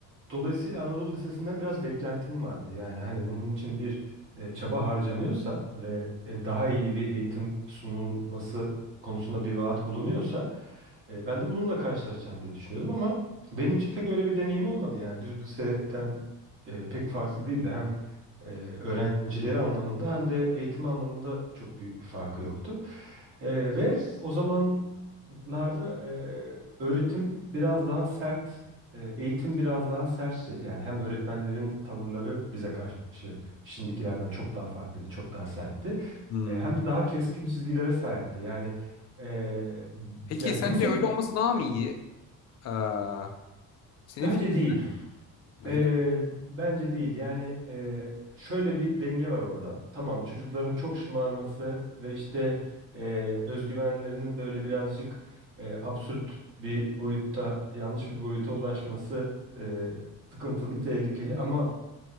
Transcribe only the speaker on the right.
dolayısıyla Anadolu Lisesi'nden biraz beklentim vardı. Yani hani bunun için bir e, çaba harcanıyorsa ve e, daha iyi bir eğitim sunulması konusunda bir vaat bulunuyorsa e, ben de bununla karşılaşacağım diye düşünüyordum ama benim için pek öyle bir deneyim olmadı. Yani düz liseden e, pek farklı değildi. Hem e, öğrencileri anlamında hem de eğitim anlamında çok büyük bir farkı yoktu. Ee, ve o zamanlarda e, öğretim biraz daha sert, e, eğitim biraz daha sertti. Yani hem öğretmenlerin tavırları bize karşı şimdikilerden çok daha farklıydı, çok daha sertti.
E, hem de daha keskin çizgilere sahipti. Yani e,
ya lise
bence
değil.
Ee,
bence değil. Yani e, şöyle bir denge var orada. Tamam, çocukların çok şımarması ve işte e, özgüvenlerinin böyle birazcık e, absürt bir boyutta, yanlış bir boyuta ulaşması e, sıkıntılı, tehlikeli. Ama